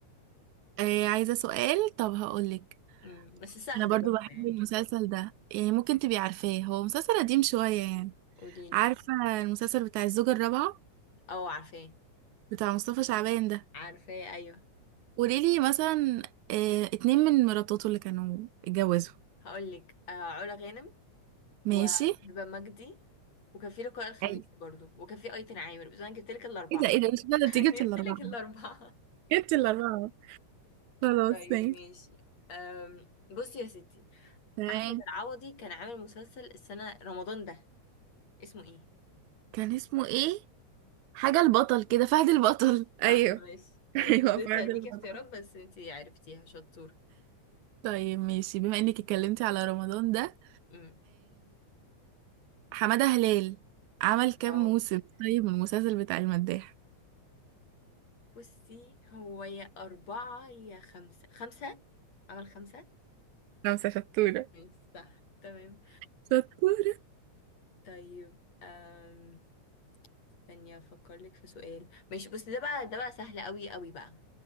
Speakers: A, on the right; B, on the left.
A: آه عايزه سؤال طب هقول لك
B: مم. بس سهل
A: انا برضو
B: برضه
A: بحب
B: يعني
A: المسلسل
B: كده
A: ده يعني ممكن تبقي عارفاه هو مسلسل قديم شوية يعني
B: قوليلي
A: عارفة المسلسل بتاع الزوجة الرابعة
B: او عارفاه
A: بتاع مصطفى شعبان ده
B: عارفاه ايوه
A: قوليلي مثلا اه اتنين من مراتاته اللي كانوا اتجوزوا
B: هقولك آه علا غانم وهبة
A: ماشي
B: مجدي وكان في لقاء الخميس
A: اي
B: برضه وكان في ايتن عامر بس انا جبتلك الاربعة
A: ايه ده ايه ده مش
B: <laughs>
A: ده
B: انا
A: انت جبت الاربعة
B: جبتلك الاربعة
A: جبت الاربعة خلاص
B: طيب
A: ماشي
B: ماشي أم بصي يا ستي
A: تمام
B: احمد العوضي كان عامل مسلسل السنة رمضان ده اسمه ايه
A: كان اسمه ايه حاجة البطل كده فهد البطل ايوه
B: صح ماشي
A: <laughs>
B: خلاص
A: ايوه
B: كنت لسه
A: فهد
B: هديكي
A: البطل
B: اختيارات بس انتي عرفتيها شطورة
A: طيب ماشي بما انك اتكلمتي على رمضان ده
B: امم
A: حمادة هلال عمل كام
B: او
A: موسم طيب من المسلسل بتاع المداح
B: بصي هو يا أربعة يا خمسة خمسة عمل خمسة
A: خمسة شطورة
B: ماشي صح تمام
A: شطورة
B: طيب أم... ثانية أفكر لك في سؤال ماشي بصي ده بقى ده بقى سهل قوي قوي بقى